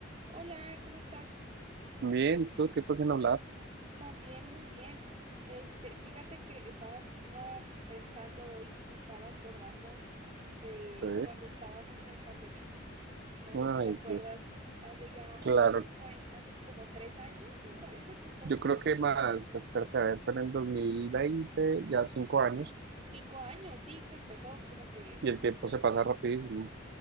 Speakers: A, on the right; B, on the right.
A: Hola, ¿cómo estás?
B: Bien, todo tiempo sin hablar,
A: También muy bien. Este, fíjate que estaba pensando hoy, me estaba acordando de
B: sí.
A: cuando estábamos en pandemia. No
B: Ay,
A: sé si te acuerdas,
B: sí,
A: hace ya,
B: claro.
A: ¿cuánto fue? Hace como tres años, me parece que fue.
B: Yo creo que más, espérate, a ver, pero en 2020, ya cinco años,
A: Cinco años, sí, que empezó como que
B: y el
A: s-
B: tiempo se pasa rapidísimo.